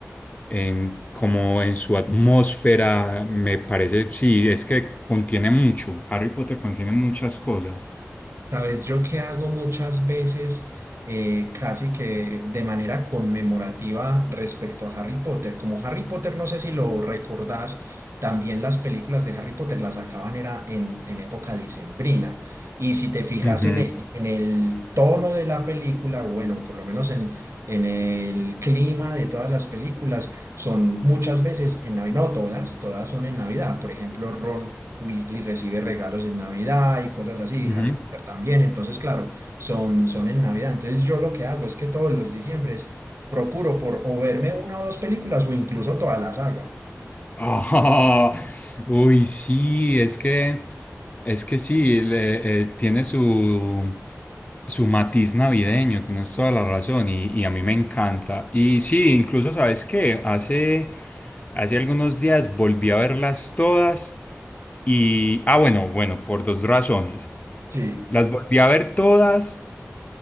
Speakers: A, on the left; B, on the right.
A: en, como en su atmósfera, me parece, sí, es que contiene mucho, Harry Potter contiene muchas cosas.
B: Sabes, yo que hago muchas veces, eh, casi que de manera conmemorativa respecto a Harry Potter. Como Harry Potter, no sé si lo recordás, también las películas de Harry Potter las sacaban era en, en época dicembrina. Y si te fijas
A: Ujú,
B: en Sí. el, en el tono de la película, bueno, por lo menos en, en el clima de todas las películas, son muchas veces en Navidad, no todas, todas son en Navidad. Por ejemplo, Ron Weasley recibe regalos en Navidad y cosas así,
A: ujú.
B: Harry Potter también, entonces claro, son, son en Navidad. Entonces yo lo que hago es que todos los diciembres procuro por o verme una o dos películas o incluso toda la saga.
A: Ah, <laughs> uy, sí, es que, es que sí, le- eh, tiene su, su matiz navideño, tienes toda la razón y, y a mí me encanta. Y sí, incluso, ¿sabes qué? Hace, hace algunos días volví a verlas todas y, ah, bueno, bueno, por dos razones.
B: Sí.
A: Las volví a ver todas